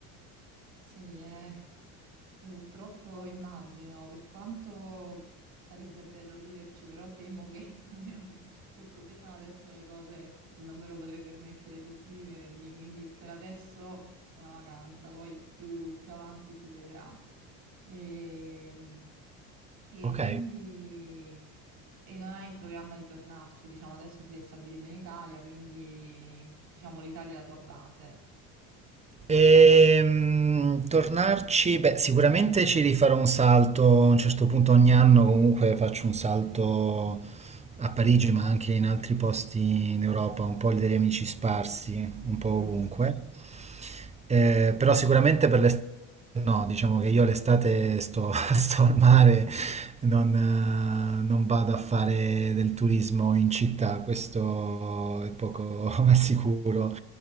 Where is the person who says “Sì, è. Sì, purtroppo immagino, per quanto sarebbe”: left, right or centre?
Right